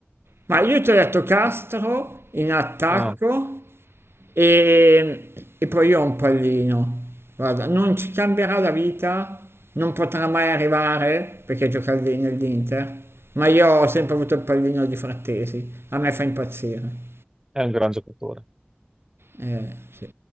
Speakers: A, on the right; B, on the right.
A: Ma io ti ho detto Castro in attacco,
B: Ah.
A: E, e poi io ho un pallino. Guarda, non ci cambierà la vita, non potrà mai arrivare perché gioca lì nell'Inter, ma io ho sempre avuto il pallino di Frattesi, a me fa impazzire.
B: È un gran giocatore.
A: Eh, sì.